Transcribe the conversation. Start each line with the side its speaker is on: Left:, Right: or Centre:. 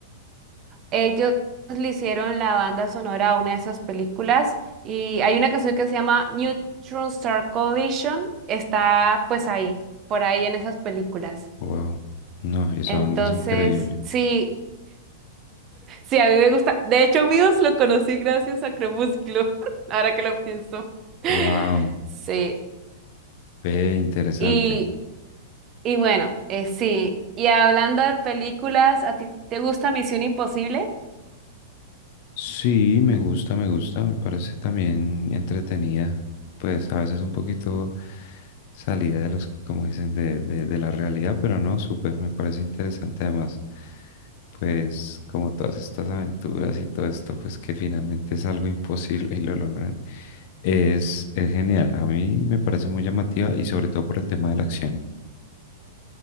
Right: Ellos le hicieron la banda sonora a una de esas películas y hay una canción que se llama Neutron Star Collision, está pues ahí, por ahí en esas películas.
Left: Wow. No, y esa
Right: Entonces,
Left: banda es increíble.
Right: sí, sí, a mí me gusta. De hecho, Muse lo conocí gracias a Crepúsculo, <laughs> ahora que lo pienso. <laughs>
Left: Wow.
Right: Sí,
Left: Ve, interesante.
Right: y, y bueno, eh, sí. Y hablando de películas, ¿a ti te gusta Misión Imposible?
Left: Sí, me gusta, me gusta, me parece también entretenida, pues a veces un poquito salida de los, como dicen, de, de, de la realidad, pero no, súper, me parece interesante además, pues como todas estas aventuras y todo esto, pues que finalmente es algo imposible y lo logran, es, es genial, a mí me parece muy llamativa y sobre todo por el tema de la acción.